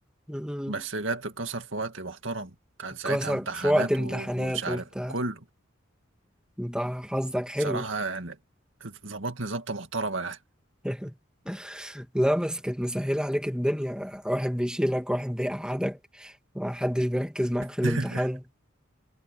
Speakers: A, in the centre; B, on the right.
A: م-م.
B: بس جت اتكسر في وقت محترم كان
A: اتكسر
B: ساعتها امتحانات
A: في وقت امتحانات
B: و- ومش عارف
A: وبتاع
B: كله
A: انت حظك حلو
B: بصراحة يعني ظبطني ظبطة محترمة يعني
A: <laughs> لا بس كانت مسهلة عليك الدنيا واحد بيشيلك واحد بيقعدك محدش بيركز معاك في الامتحان
B: <laughs>